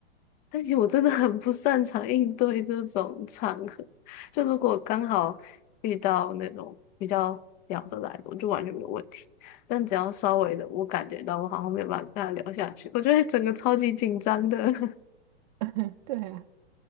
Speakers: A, on the left; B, on the right.
A: 但其实我真的很不擅长应对这种场合。就如果刚好遇到那种比较聊得来的，我就完全没有问题。但只要稍微的，我感觉到我好像没有办法跟他聊下去，我就会整个超级紧张的。<laughs>
B: <laughs> 对啊。